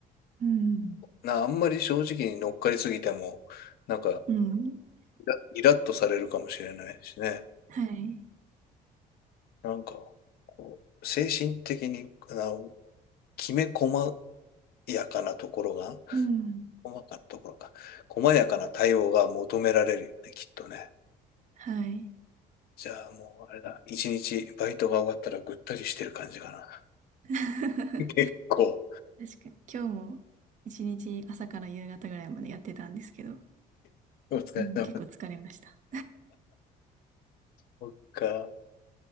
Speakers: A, on the right; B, on the left.
A: うん。
B: な、あんまり正直に乗っかりすぎても、なんか、
A: うん。
B: イライラッとされるかもしれないしね。
A: はい。
B: なんか、こう、精神的に、な、きめ細やかなところが、
A: うん。
B: 細かなところか、細やかな対応が求められるよね、きっとね。
A: はい。
B: じゃあもう、あれだ、一日バイトが終わったらぐったりしてる感じかな。
A: <laughs> 確
B: <laughs> 結構、
A: かに。今日も一日朝から夕方ぐらいまでやってたんですけど、
B: お疲れ様
A: うん、結構疲れました。
B: そっか。